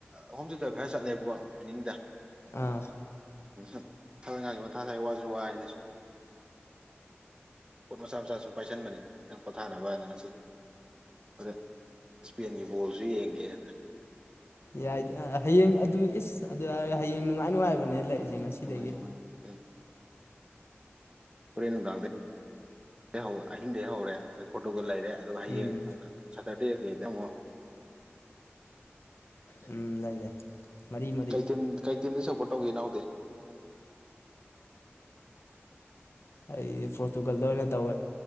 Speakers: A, on the right (about 20°); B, on the left (about 70°).
A: ꯑꯍꯨꯝꯗꯨꯗ ꯈꯔ ꯆꯠꯂꯦꯕꯀꯣ ꯏꯚꯤꯅꯤꯡꯗ
B: ꯑꯥ
A: ꯑ ꯁꯨꯝ ꯊꯕꯖꯒꯤ ꯃꯊꯥ ꯁ ꯋꯥꯁꯨ ꯋꯥ ꯑꯩꯅ ꯁꯨꯝ ꯄꯣꯠ ꯃꯆꯥ ꯃꯆꯥ ꯁꯨꯝ ꯄꯥꯏꯁꯟꯕꯅꯤꯗ ꯅꯪ ꯄꯣꯊꯥꯅꯕ ꯍꯥꯏꯅ ꯉꯁꯤꯗꯤ ꯑꯗ ꯏꯁꯄꯦꯟꯒꯤ ꯕꯣꯜꯁꯨ ꯌꯦꯡꯒꯦꯅ
B: ꯌꯥꯏ ꯍꯌꯦꯡ ꯑꯗꯨ ꯏꯁ ꯑꯗꯨꯔꯒ ꯍꯌꯦꯡ ꯅꯨꯡꯉꯥꯏ ꯅꯨꯡꯉꯥꯏꯕꯅꯦ ꯂꯩꯔꯤꯁꯦ ꯉꯁꯤꯗꯒꯤ꯫
A: ꯅꯨꯡꯉꯥꯏ ꯅꯨꯡꯉꯥꯏ ꯑꯗꯨ ꯐꯣꯔꯦꯟ ꯅꯨꯡꯗꯥꯡꯗꯒꯤꯩ ꯍꯧ ꯑꯍꯤꯡꯗꯒꯤ ꯍꯧꯔꯦ ꯐꯣꯇꯣꯒ ꯂꯩꯔꯦ ꯑꯗꯨꯒ ꯍꯌꯦꯡ
B: ꯎꯝ
A: ꯅꯨꯡ ꯁꯇꯔꯗꯦꯒꯤꯗ ꯑꯃꯨꯛ
B: ꯎꯝ ꯂꯩꯔꯦ꯫ ꯃꯔꯤ ꯃꯔꯤ
A: ꯀꯩꯇ ꯀꯩꯇꯝꯗ ꯁꯞꯄꯣꯔꯠ ꯇꯧꯒꯦ ꯏꯅꯥꯎꯗꯦ꯫
B: ꯑꯩ ꯄꯣꯔꯇꯨꯒꯜꯗ ꯑꯣꯏꯅ ꯇꯧꯋꯦ꯫